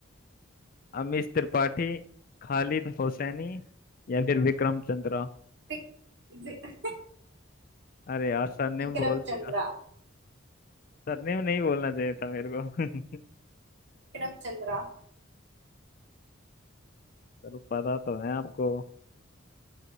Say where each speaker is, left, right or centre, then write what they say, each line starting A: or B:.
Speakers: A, on the left; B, on the right.
A: अमीश त्रिपाठी खालिद हुसैनी या फिर विक्रम चंद्रा
B: विक-
A: अरे यार सरनेम
B: विक्रम
A: बोल
B: चंद्रा
A: दिया सरनेम नहीं बोलना चाहिए था मेरे को <laughs>
B: विक्रम चंद्रा
A: चलो पता तो है आपको